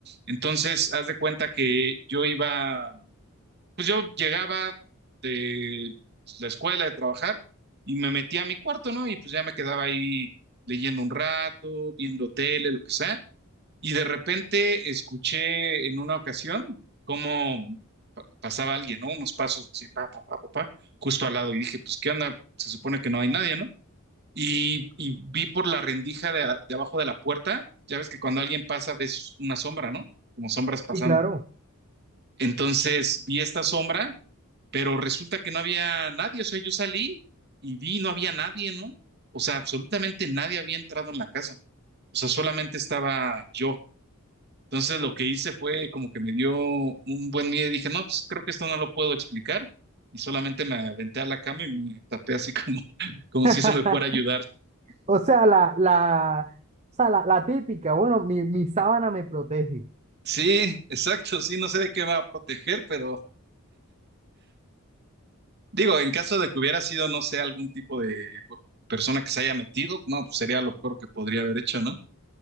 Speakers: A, on the right; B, on the right.
A: Entonces, haz de cuenta que yo iba pues yo llegaba de pues, la escuela, de trabajar, y me metía a mi cuarto, ¿no? Y pues ya me quedaba ahí leyendo un rato, viendo tele, lo que sea. Y de repente escuché en una ocasión cómo pa- pasaba alguien, ¿no? Unos pasos así, pa, pa, pa, pa, pa, justo al lado. Y dije, pues, ¿qué onda? Se supone que no hay nadie, ¿no? Y, y vi por la rendija de, a- de abajo de la puerta, ya ves que cuando alguien pasa ves una sombra, ¿no? Como sombras pasando.
B: sí, claro.
A: Entonces vi esta sombra pero resulta que no había nadie, o sea, yo salí y vi, y no había nadie, ¿no? O sea, absolutamente nadie había entrado en la casa, o sea, solamente estaba yo. Entonces lo que hice fue como que me dio un buen miedo y dije, no, pues creo que esto no lo puedo explicar. Y solamente me aventé a la cama y me tapé así como, <laughs> como si
B: <laughs>
A: eso me fuera a ayudar.
B: O sea, la, la, o sea, la, la típica, bueno, mi, mi sábana me protege.
A: Sí, exacto, sí, no sé de qué me va a proteger, pero Digo, en caso de que hubiera sido, no sé, algún tipo de persona que se haya metido, no, pues sería lo peor que podría haber hecho, ¿no?